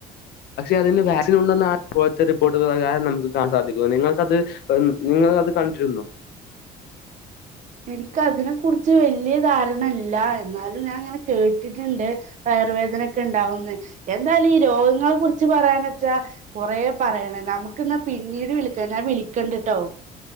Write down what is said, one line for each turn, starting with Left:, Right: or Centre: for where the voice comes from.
Left: അതിന് വാക്സിൻ ഒണ്ടെന്നാണ് പോലത്തെ റിപ്പോർട്ട് പ്രകാരം നമ്മക്ക് സാധിക്കോ നിങ്ങക്ക് അത് നിങ്ങള് അത് കണ്ടിരുന്നോ
Right: എനിക്ക് അതിനെ കുറിച്ച് വല്ല്യ ധാരണ ഇല്ല എന്നാലും ഞാൻ ഇങ്ങനെ കേട്ടിട്ടൊണ്ട് വയറ് വേദനൊക്കെ ഇണ്ടാവൂന്ന് എന്താലും ഈ രോഗങ്ങളെ കുറിച്ച് പറയാന്ന് വെച്ചാ കൊറേ പറയണം നമ്മക്ക് എന്നാ പിന്നീട് വിളിക്കാം ഞാൻ വിളിക്കണ്ട് ഇട്ടോ